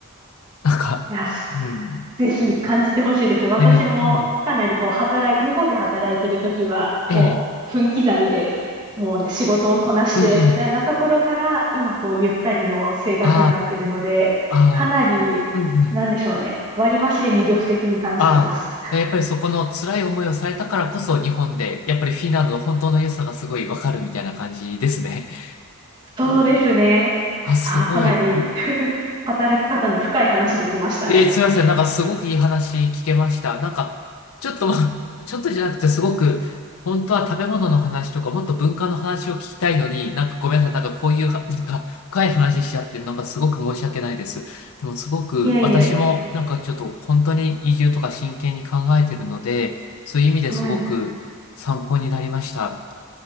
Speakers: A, on the left; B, on the right.
A: なんか、
B: いや、す
A: うん。
B: ぜひ感じてほしいです。私もかなりこう働い、
A: ね、うん、
B: 日本で働いてるときは、
A: ええ、
B: もう分刻みで、もうね、仕事をこなしてみたいなところから、
A: うんうん、
B: 今こうゆったりの生活になってるので、
A: ああ、ああ、
B: かなり、
A: うんうん。
B: なんでしょうね、割増で魅力的に感じてます。
A: ああ、やっぱりそこの辛い思いをされたからこそ日本で、やっぱりフィンランドの本当の良さがすごいわかるみたいな感じですね。
B: そうですね。
A: おーあ、すごい。
B: あー、かなり <laughs> 働き方の深い話できましたね。
A: えー、すいません。なんかすごくいい話聞けました。なんか、ちょっとま、<laughs> ちょっとじゃなくてすごく、本当は食べ物の話とかもっと文化の話を聞きたいのに、なんかごめんなさい。なんかこういうは、<laughs> なんか深い話しちゃって、なんかすごく申し訳ないです。でもすごく私もなんかちょっと本当に移住とか真剣に考えてるので、
B: いえいえ、
A: そういう意味ですごく参考になりました。
B: はい。